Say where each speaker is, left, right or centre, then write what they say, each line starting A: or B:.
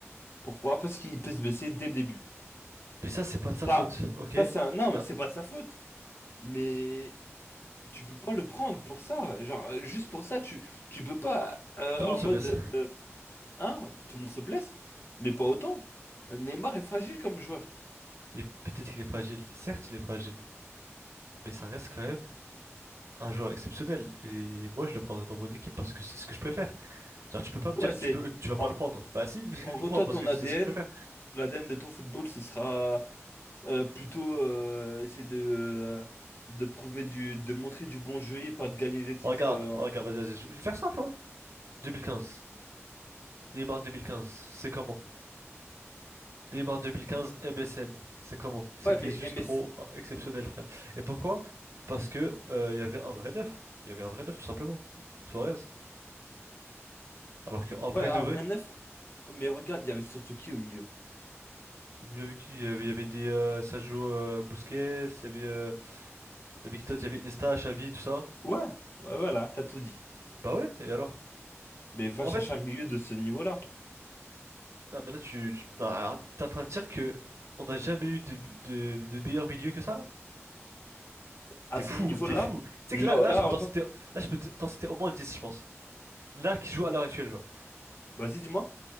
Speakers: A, on the left; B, on the right.
A: Pourquoi? Parce qu'il peut se blesser dès le début.
B: Mais ça, c'est pas de sa
A: Ça,
B: faute, ok?
A: ça, c'est un... Non,
B: Là,
A: mais c'est pas de sa faute. Mais tu peux pas le prendre pour ça. Genre, euh, juste pour ça, tu, tu peux pas euh,
B: tout le
A: en
B: monde se
A: mode
B: blesse.
A: euh, hein, tout le monde se blesse, mais pas autant. Neymar est fragile comme joueur.
B: Mais peut-être qu'il est fragile. Certes, il est fragile. Mais ça reste quand même un joueur exceptionnel. Et moi, je le prendrais dans mon équipe parce que c'est ce que je préfère. Genre, tu peux pas me
A: Ouais,
B: dire que
A: c'est
B: tu peux, tu vas pas
A: en,
B: le prendre. Bah si, <laughs> je
A: en
B: vais le
A: gros,
B: prendre
A: toi,
B: parce
A: ton
B: que
A: ADN,
B: c'est ce que je préfère.
A: l'ADN de ton football, ce sera euh, plutôt euh, essayer de, euh, de prouver du, de montrer du bon jeu et pas de gagner des titres.
B: Regarde,
A: euh, en-
B: regarde, vas-y, vas-y, je je vais faire simple, hein. 2015. Neymar 2015, c'est comment? Neymar 2015, MSN, c'est comment? C'était
A: Ouais, mais
B: juste
A: MS,
B: trop hein, exceptionnel, frère. Et pourquoi? Parce que euh, il y avait un vrai neuf. Il y avait un vrai neuf, tout simplement. Suarez. Alors qu'en vrai
A: ouais, un
B: de vrai,
A: vrai neuf. Mais regarde, il y avait surtout qui au milieu?
B: j'ai bien vu qu'il y avait, il y avait des euh, Sergio euh, Busquets, il y avait, euh, il y avait qui d'autre? Il y avait Iniesta, Xavi, tout ça.
A: Ouais, ouais, voilà, t'as tout dit.
B: Bah ouais, et alors?
A: Mais va
B: En
A: chercher
B: fait,
A: un milieu de ce niveau-là.
B: non, mais là, tu, tu- non, alors, t'es en train de dire que on n'a jamais eu de, de, de meilleur milieu que ça, là?
A: À
B: T'es
A: ce
B: fou,
A: niveau-là,
B: t'es fou. Tu sais
A: genre
B: que là, là,
A: là,
B: je peux
A: en
B: t'en
A: tant
B: citer,
A: que...
B: là, je peux t'en citer au moins 10, je pense. Là, qui joue à l'heure actuelle, genre.
A: Vas-y, dis-moi.